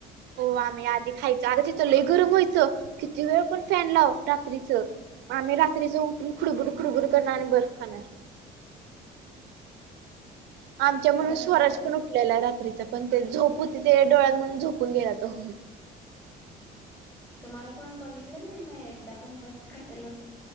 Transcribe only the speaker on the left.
कोण
तुम
तुम्हाला कोण बघितलं नाही म एकदा पण बर्फ खात्यालं?